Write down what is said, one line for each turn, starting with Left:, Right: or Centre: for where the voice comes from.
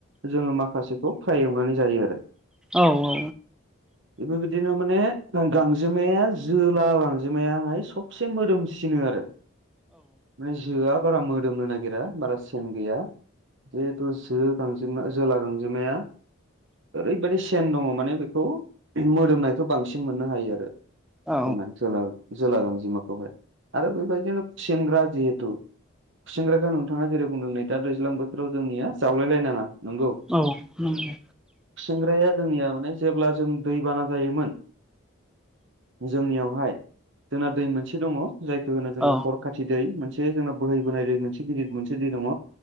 Right: जोङो माखासेखौ फ्राय एवनानै जायो आरो
Centre: औ औ।
Right: बेफोरबायदिनो माने गांजेमाया जोला गांजेमायाहाय सब एसे मोदोमसिनो आरो माने जोआ बारा मोदोमनो नागिरा बारा सेन गैया। जिहेथु जो गांजेमा जोला गांजेमाया ओरैबायदि सेन दङ माने बेखौ मोदोमनायखौ बांसिन मोननो हायो आरो।
Centre: औ
Right: जोंना जोला गांजेमा बावहाय आरो बेबायदिनो सेंग्रा जिहेतु खुसिनग्राखौ नोंथाङा जेरै बुंदों नै दा दैज्लां बोथोराव जोंनिया जावलायलाय नाङा नंगौ
Centre: औ नंगौ
Right: खुसेंग्राया जोंनिया माने जेब्ला जों दै बाना जायोमोन जोंनियावहाय जोंना दै मोनसे दङ जायखौ होनो जोङो
Centre: औ
Right: हर खाथि दै दै मोनसे जोंना बोहैबोनाय दै मोनसे गिदिर मोनसे दै दङ